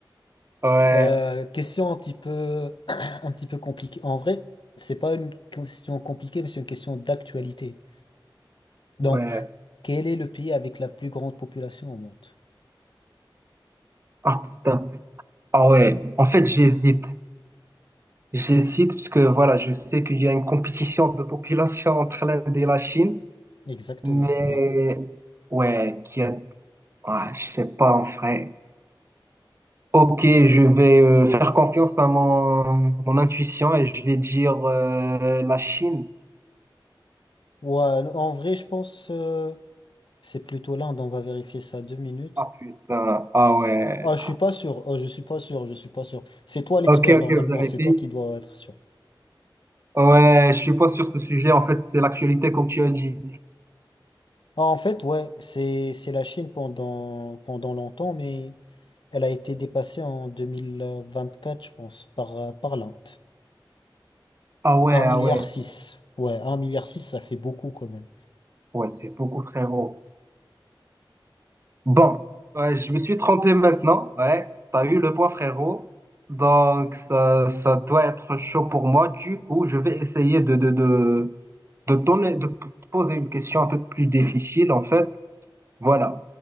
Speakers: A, on the right; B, on the left.
A: Ouais.
B: Euh, question un petit peu, <clears throat> un petit peu compliquée. En vrai, c'est pas une question compliquée, mais c'est une question d'actualité. Donc,
A: Ouais.
B: quel est le pays avec la plus grande population au monde?
A: Ah putain. Ah ouais. En fait, j'hésite. J'hésite parce que voilà, je sais qu'il y a une compétition de population entre l'Inde et la Chine,
B: Exactement.
A: mais
B: Ouais.
A: ouais, qui a... ah, je sais pas en vrai. Ok, je vais euh, faire confiance à mon, mon intuition et je vais dire euh, la Chine.
B: Ouais, en vrai, je pense euh, c'est plutôt l'Inde. On va vérifier ça deux minutes.
A: Ah putain. Ah ouais.
B: Ah, je suis pas sûr. Oh, je suis pas sûr. Je suis pas sûr. C'est toi l'expert
A: Ok, ok,
B: normalement.
A: vous avez
B: C'est
A: fait.
B: toi qui dois être sûr.
A: Ouais, je suis pas sur ce sujet. En fait, c'est l'actualité, comme tu as dit.
B: Ah, en fait, ouais, c'est c'est la Chine pendant pendant longtemps, mais elle a été dépassée en 2024, je pense, par euh, par l'Inde.
A: Ah ouais,
B: Un
A: ah
B: milliard
A: ouais.
B: 6, Ouais, un milliard 6, ça fait beaucoup quand même.
A: Ouais, c'est beaucoup, frérot. Bon, ouais, je me suis trompé maintenant. Ouais, t'as eu le point, frérot. Donc, ça, ça doit être chaud pour moi. Du coup, je vais essayer de, de, de, de donner, de p- poser une question un peu plus difficile, en fait. Voilà.